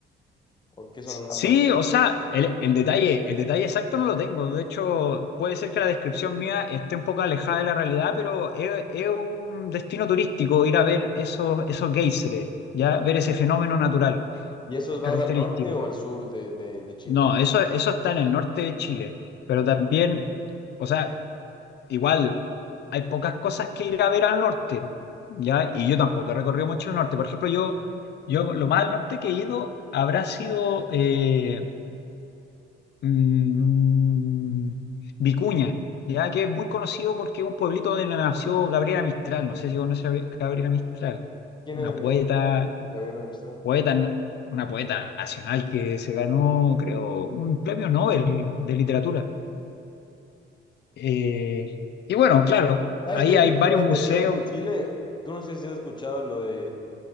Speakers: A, on the left; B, on the left.
A: ¿O qué
B: Sí,
A: son napas?
B: o sea, el, el detalle, el detalle exacto no lo tengo. De hecho, puede ser que la descripción mía esté un poco alejada de la realidad, pero es, es un destino turístico ir a ver esos, esos géiseres, ya
A: Va.
B: ver ese fenómeno natural
A: ¿Y eso es más
B: característico.
A: al norte o al sur de, de- de Chile?
B: No, eso, eso está en el norte de Chile, pero
A: Va.
B: también, o sea, igual hay pocas cosas que ir a ver al norte, ya, y yo tampoco he recorrido mucho el norte. Por ejemplo, yo, yo lo más al norte que he ido habrá sido eh, mm, Vicuña, ya que es muy conocido porque es un pueblito donde nació Gabriela Mistral. No sé si conoce a Gabriela Mistral,
A: ¿Quién
B: una
A: es?
B: poeta,
A: No, ¿quién era Gabriela Mistral?
B: poeta, na- una poeta nacional que se ganó, creo, un premio Nobel de literatura. Eh, y bueno, claro,
A: ¿Sabes
B: ahí
A: qué he escuchado
B: hay varios
A: del
B: museos.
A: desierto en Chile? Tú no sé si has escuchado lo de